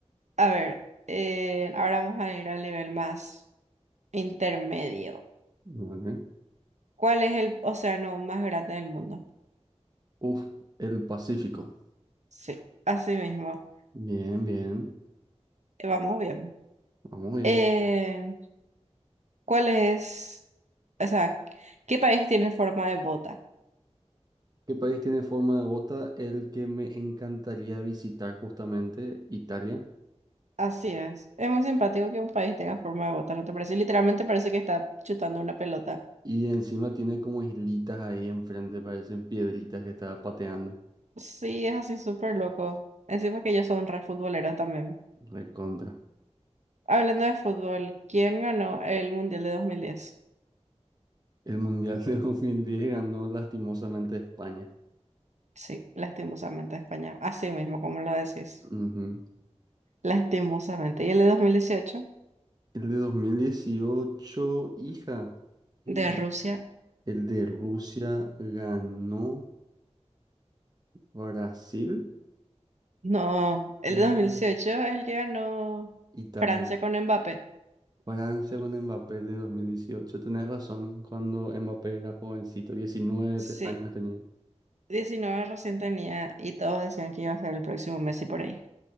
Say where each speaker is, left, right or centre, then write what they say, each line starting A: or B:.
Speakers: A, on the right; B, on the right.
A: A ver, eh, ahora vamos a ir al nivel más intermedio.
B: dale.
A: ¿Cuál es el océano más grande del mundo?
B: Uf, el Pacífico.
A: Sí, así mismo.
B: Bien, bien.
A: Eh, Vamos bien.
B: Vamos bien.
A: Eh, ¿cuál es, o sea, qué país tiene forma de bota?
B: ¿Qué país tiene forma de bota? El que me encantaría visitar justamente, Italia.
A: Así es. Es muy simpático que un país tenga forma de bota, ¿no te parece? Literalmente parece que está chutando una pelota.
B: Y encima tiene como islitas ahí enfrente, parecen piedritas que estaba pateando.
A: Sí, es así súper loco. Encima que ellos son re futboleros también.
B: Recontra.
A: Hablando de fútbol, ¿quién ganó el Mundial de 2010?
B: El Mundial de <laughs> 2010 ganó lastimosamente España.
A: Sí, lastimosamente España. Así mismo, como lo decís.
B: Ujú.
A: Lastimosamente. ¿Y el de 2018?
B: El de 2018, hija. Mm.
A: De Rusia.
B: El de Rusia ganó Brasil.
A: No, el
B: No,
A: 2018 es el que ganó
B: Italia.
A: Francia con Mbappé.
B: Francia con Mbappé el de 2018? Tenés razón, cuando Mbappé era jovencito, diecinueve
A: Sí,
B: te- años tenía.
A: diecinueve recién tenía y todos decían que iba a ser el próximo Messi por ahí.